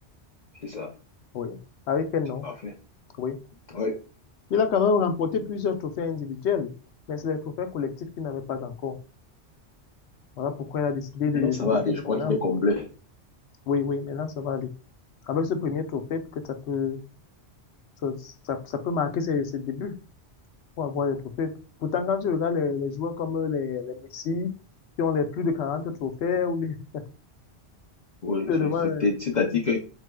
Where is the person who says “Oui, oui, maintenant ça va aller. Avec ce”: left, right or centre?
Left